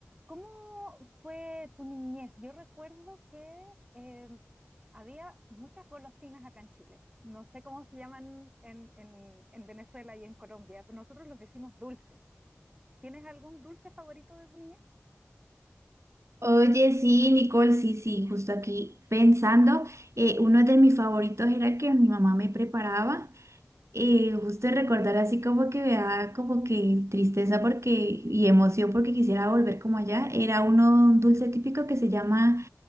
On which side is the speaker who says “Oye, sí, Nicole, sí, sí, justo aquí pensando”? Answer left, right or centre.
Right